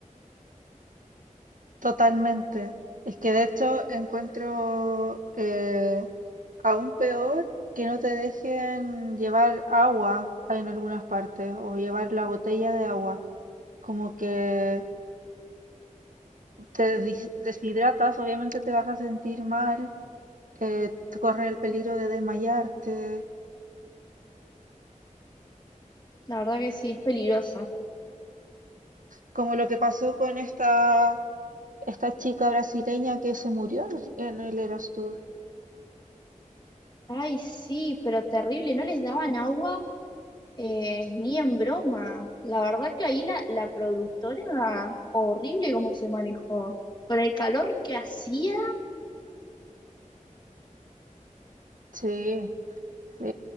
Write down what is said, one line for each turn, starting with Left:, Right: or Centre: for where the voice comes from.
Right: totalmente. Es que de hecho encuentro eh, aún peor que no te dejen llevar agua en algunas partes o llevar la botella de agua. Como que te dis- deshidratas, obviamente te vas a sentir mal, eh, corres el peligro
Left: Sí,
Right: de desmayarte.
Left: La verdad que sí, es peligroso.
Right: Como lo que pasó con esta, esta chica brasileña que se murió en el, en el Eras Tour.
Left: Ay, sí, pero terrible, no les daban agua eh, ni en broma. La verdad que ahí la, la productora, horrible cómo se manejó. Con el calor que hacía,
Right: Sí, Sí,